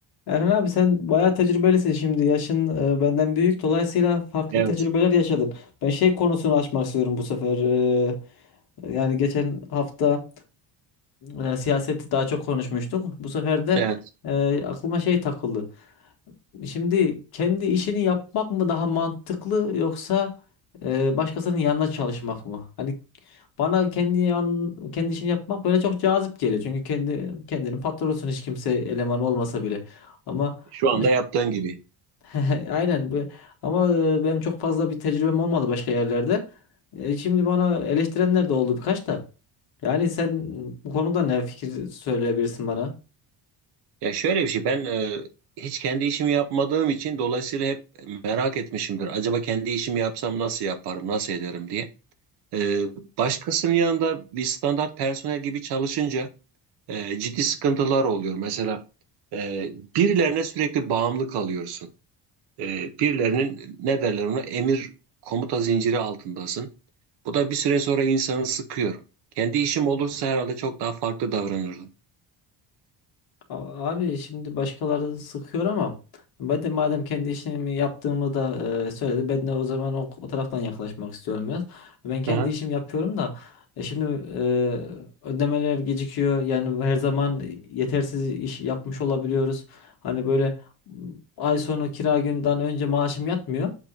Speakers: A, on the left; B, on the right.
A: Erhan abi sen bayağı tecrübelisin şimdi. Yaşın e, benden büyük. Dolayısıyla farklı
B: Evet,
A: tecrübeler yaşadın. Ben şey konusunu açmak istiyorum bu sefer. E, yani geçen hafta e, siyaseti daha çok konuşmuştuk. Bu sefer de
B: evet.
A: e, aklıma şey takıldı. Şimdi kendi işini yapmak mı daha mantıklı yoksa e, başkasının yanına çalışmak mı? Hani bana kendi yan, kendi işini yapmak böyle çok cazip geliyor. Çünkü kendi kendinin patronusun hiç kimse eleman olmasa bile. Ama
B: Şu anda
A: baş-
B: yaptığın gibi.
A: <laughs> aynen bu- ama e, benim çok fazla bir tecrübem olmadı başka yerlerde. E, şimdi bana eleştirenler de oldu birkaç da. Yani sen bu konuda ne fikir söyleyebilirsin bana?
B: Ya şöyle bir şey, ben e, hiç kendi işimi yapmadığım için dolayısıyla hep merak etmişimdir. Acaba kendi işimi yapsam nasıl yaparım, nasıl ederim diye. E, başkasının yanında bir standart personel gibi çalışınca e, ciddi sıkıntılar oluyor. Mesela e, birilerine sürekli bağımlı kalıyorsun. E, birilerinin ne derler ona emir komuta zinciri altındasın. Bu da bir süre sonra insanı sıkıyor. Kendi işim olursa herhalde çok daha farklı davranırdım.
A: A- Abi şimdi başkaları sıkıyor ama ben de madem kendi işimi yaptığımı da e, söyledi ben de o zaman o, o taraftan yaklaşmak istiyorum biraz. Ben kendi
B: Aha,
A: işimi yapıyorum da e, şimdi e, ödemeler gecikiyor yani her zaman yetersiz iş yapmış olabiliyoruz. Hani böyle m, ay sonu kira günden önce maaşım yatmıyor.